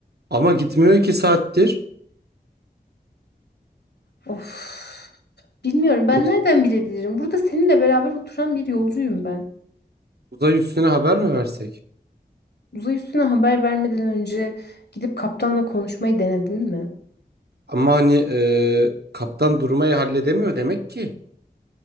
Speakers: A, on the right (about 75°); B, on the left (about 80°).
A: Ama gitmiyor iki saattir.
B: Of. Bilmiyorum ben
A: Uz-
B: nereden bilebilirim? Burada seninle beraber oturan bir yolcuyum ben.
A: uzay üstüne haber mi versek?
B: Uzay üstüne haber vermeden önce gidip kaptanla konuşmayı denedin mi?
A: Ama hani e, kaptan durmayı halledemiyor demek ki.